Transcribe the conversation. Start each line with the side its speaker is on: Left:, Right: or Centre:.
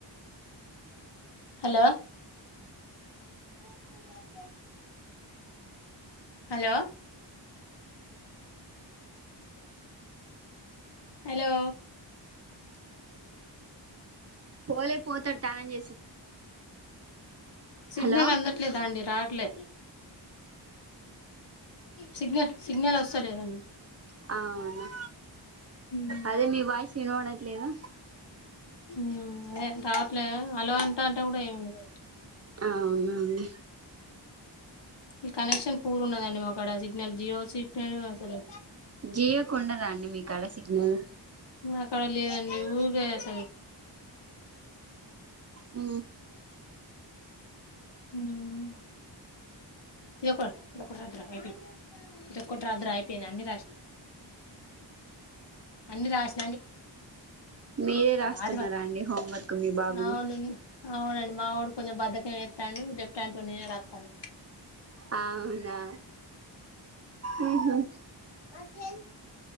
Left: హలో
Right: అ
Left: చె హలో హలో
Right: పోలే పోతాడు తానం చేసి
Left: సిగ్నల్
Right: హలో
Left: అందట్లేదా అండి రావట్లే సిగ్నల్ సిగ్నల్ వస్తలేదండి
Right: ఆ అవును
Left: ఉమ్
Right: అదే మీ వాయిస్ వినపడట్లేదు
Left: మ్మ్ అదే తాట్లే హలో అంటటే కూడా ఎం వి
Right: అవునండి
Left: ఈ కనెక్షన్ పూర్ ఉన్నదండి మా కాడ సిగ్నల్ జియో సిగ్నల్ అసలు
Right: జియోకుండదండి మీకాడ సిగ్నల్
Left: మా కాడ లేదండి ఊకే అసలు
Right: ఆ
Left: మ్మ్ ఇదో ఇదొక్కటి రాదు రా అయిపోయిందని ఇదొక్కటి రాదు రా అయిపోయింది అని రాసినవ్ అన్ని రాషి
Right: మీరే రాస్తున్నారా
Left: అది
Right: అండి హోంవర్క్ మీ బాబుది
Left: అవును అవునండి మా వాడు కొంచెం బద్ధకం చేస్తాడు లెఫ్ట్ హ్యాండ్ తో నేనే రాతన్న
Right: అవునా ఊ మ్మ్
Left: తక